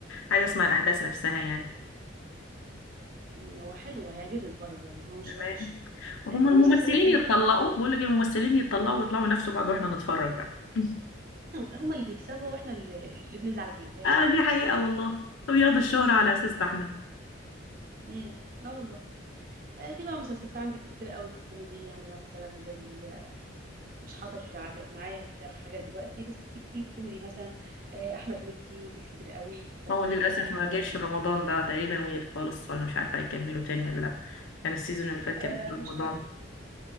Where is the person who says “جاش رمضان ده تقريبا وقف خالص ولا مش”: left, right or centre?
Left